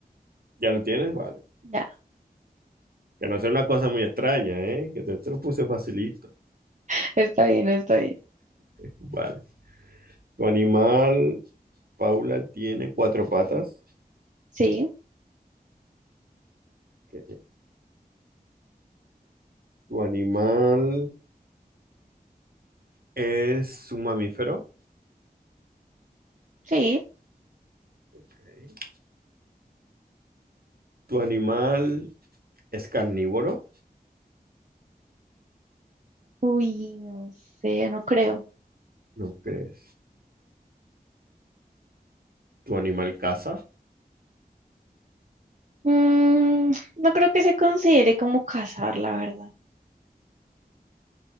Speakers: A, on the right; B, on the right.
A: ¿Ya lo tienes? Vale.
B: Ya,
A: Que no sea una cosa muy extraña, ¿eh? Que te, te lo puse facilito.
B: <laughs> está bien, está bien.
A: Vale. Tu animal, Paula, tiene cuatro patas.
B: Sí,
A: Ok. Tu animal ¿Es un mamífero?
B: sí.
A: Ok. ¿Tu animal es carnívoro?
B: Uy, no sé, no creo.
A: ¿No crees? ¿Tu animal caza?
B: Mm, no creo que se considere como cazar, la verdad.